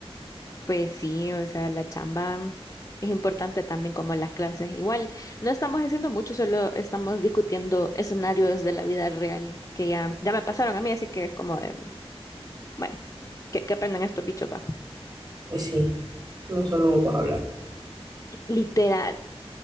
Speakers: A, on the left; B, on the right.
A: Pues sí, o sea, la chamba es importante también como las clases. Igual, no estamos haciendo mucho, solo estamos discutiendo escenarios de la vida real que ya, ya me pasaron a mí, así que es como de, bueno, que, que aprendan estos bichos, va.
B: Pues sí, no solo vamos a hablar.
A: Literal.